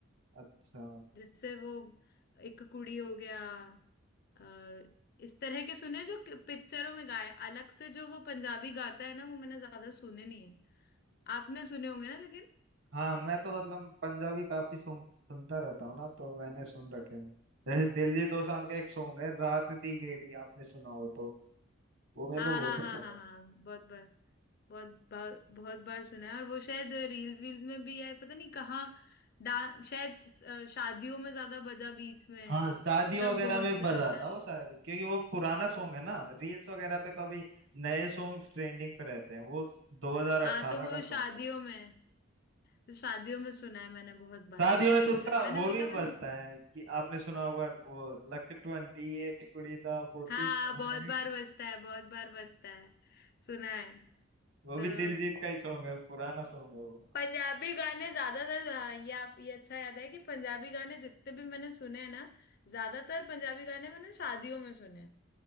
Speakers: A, on the right (about 65°); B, on the left (about 50°).
A: अच्छा
B: जिससे वो एक कुड़ी हो गया अ, इस तरह के सुने जो कि- पिक्चरों में गाए अलग से जो वो पंजाबी गाता है ना वो मैंने ज्यादा सुने नहीं है आपने सुने होंगे ना लेकिन
A: हाँ मैं तो मतलब पंजाबी काफी सुन, सुनता रहता हूँ ना तो मैंने सुन रखे हैं जैसे दिलजीत दोसांझ का एक सॉन्ग है रात दी गेड़ी आपने सुना हो तो वो मेरे
B: हाँ
A: को बहुत
B: हाँ हाँ
A: अच्छा
B: हाँ
A: था
B: हाँ बहुत बार बहुत बहुत बहुत बार सुना है और वो शायद रील्स वील्स में भी है पता नहीं कहाँ डा शायद अ, शादियों में ज्यादा बजा बीच में
A: हाँ शादियों
B: तब
A: वगैरह
B: बहुत
A: में
B: सुना
A: बजाता
B: था
A: वो शायद क्योंकि वो पुराना सॉन्ग है ना रील्स वगैरह पे तो अभी नए सॉन्ग ट्रेंडिंग पे रहते हैं वो 2018
B: हाँ तो
A: का
B: वो
A: सॉन्ग
B: शादियों
A: है
B: में शादियों में सुना है मैंने बहुत बार
A: शादियों
B: इसीलिए
A: में तो
B: मुझे
A: उसका
B: मैंने
A: वो
B: वही
A: भी
B: कहा मैंने
A: बजता है कि आपने सुना होगा वो लक ट्वेंटी एट कुड़ी दा फोर्टी
B: हाँ
A: सेवन,
B: बहुत बार बजता है बहुत बार बजता है सुना है
A: वो
B: अ,
A: भी दिलजीत का ही सॉन्ग है पुराना सॉन्ग है वो
B: पंजाबी गाने ज्यादातर हाँ, ये आप ये अच्छा याद है कि पंजाबी गाने जितने भी मैंने सुने हैं ना ज्यादातर पंजाबी गाने मैंने शादियों में सुने हैं